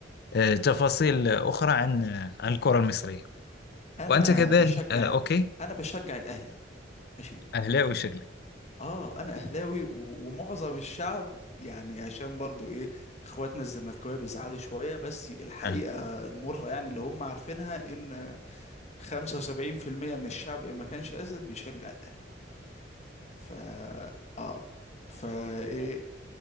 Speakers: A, on the left (about 60°); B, on the left (about 40°).
A: آه، تفاصيل أخرى عن آه، عن الكرة المصرية
B: انا
A: وأنت كذلك
B: بشجع
A: آه، أوكي
B: ال... انا بشجع الاهلي ماشي
A: أهلاوي شكلك
B: اه انا اهلاوي و... ومعظم الشعب يعني عشان برضو ايه اخواتنا الزملكاويه بيزعلوا شويه بس الحقيقه
A: آه،
B: المره يعني اللي هم عارفينها ان 75% من الشعب إن ما كانش اسد بيشجع الاهلي ف اه فا